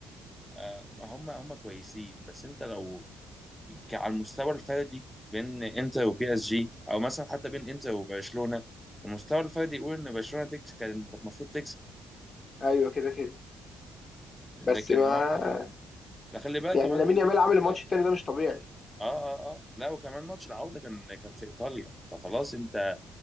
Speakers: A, in the centre; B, on the left (about 35°).
A: آه هم هم كويسين بس انت لو ك- على المستوى الفردي بين انتر وبي اس جي او مثلا حتى بين انتر وبرشلونه المستوى الفردي يقول ان برشلونه تكس كان كانت المفروض تكسب
B: ايوه كده كده بس
A: لكن
B: ما
A: هم لا خلي بالك
B: يعني
A: كمان
B: لامين
A: ماتش
B: يامال
A: العودة
B: عامل الماتش التاني ده مش طبيعي
A: اه اه اه لا وكمان ماتش العودة كان كان في ايطاليا فخلاص انت